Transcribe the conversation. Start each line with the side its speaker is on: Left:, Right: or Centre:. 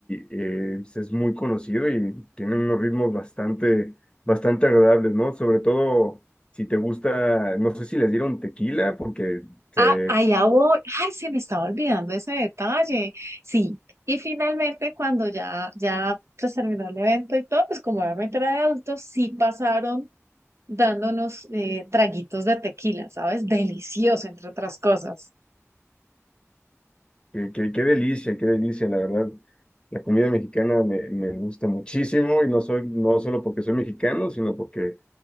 Left: eh, es muy conocido y tiene unos ritmos bastante, bastante agradables, ¿no? Sobre todo si te gusta, no sé si les dieron tequila, porque se,
Right: Ah, allá voy. Ay, se me estaba olvidando ese detalle. Sí. Y finalmente, cuando ya, ya pues, terminó el evento y todo, pues como obviamente era de adultos, sí pasaron dándonos eh, traguitos de tequila, ¿sabes? Delicioso, entre otras cosas.
Left: Qué, qué- qué delicia, qué delicia, la verdad. La comida mexicana me, me gusta muchísimo y no soy, no solo porque soy mexicano, sino porque